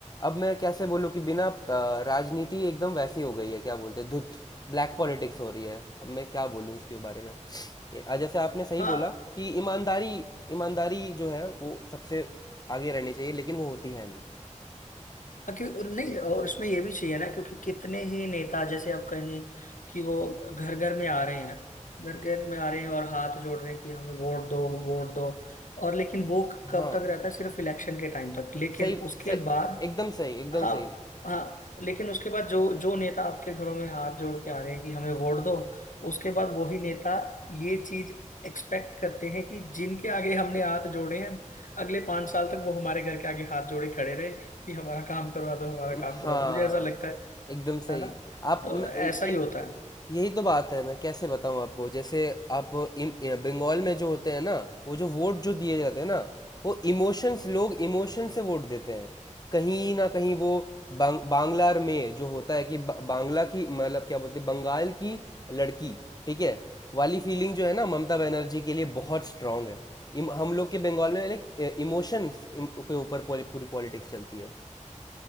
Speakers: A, on the left; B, on the left.
A: अब मैं कैसे बोलूँ कि बिना अ, राजनीति एकदम वैसी हो गई है क्या बोलते हैं धुत ब्लैक पॉलिटिक्स हो रही है अब मैं क्या बोलूँ उसके बारे में ये- जैसे आपने सही
B: हाँ
A: बोला कि ईमानदारी ईमानदारी जो है वो सबसे आगे रहनी चाहिए लेकिन वो होती है नहीं
B: हाँ, क्यों नहीं और उसमें ये भी चाहिए ना क्योंकि कितने ही नेता जैसे आप कहें कि वो घर घर में आ रहे हैं घर घर में आ रहे हैं और हाथ जोड़ रहे हैं कि हमें वोट दो वोट दो और लेकिन वो कब
A: हाँ
B: तक रहता है सिर्फ इलेक्शन के टाइम तक लेकिन
A: सही
B: उसके
A: सही
B: बाद
A: एकदम सही एकदम
B: हाँ
A: सही
B: हाँ लेकिन उसके बाद जो जो नेता आपके घरों में हाथ जोड़ के आ रहे हैं कि हमें वोट दो उसके बाद वही नेता ये चीज एक्सपेक्ट करते हैं कि जिनके आगे हमने हाथ जोड़े हैं अगले पांच साल तक वो हमारे घर के आगे हाथ जोड़े खड़े रहे कि हमारा काम करवा दो हमारा
A: हाँ
B: काम करवा दो मुझे ऐसा लगता है
A: एकदम सही
B: है ना
A: आप
B: तो
A: म-
B: ऐसा
A: ये
B: ही होता
A: यही तो बात है मैं कैसे बताऊं आपको जैसे आप इम, ए, बंगाल में जो होते हैं ना वो जो वोट जो दिए जाते हैं ना वो इमोशंस लोग इमोशन से वोट देते हैं कहीं ना कहीं वो बांग, बांग्ला में जो होता है कि ब- बांग्ला की मतलब क्या बोलते हैं बंगाल की लड़की ठीक है वाली फीलिंग जो है ना ममता बनर्जी के लिए बहुत स्ट्रांग है इम, हम लोग के बंगाल में लाइक इमोशंस के ऊपर पोल- पूरी पॉलिटिक्स चलती है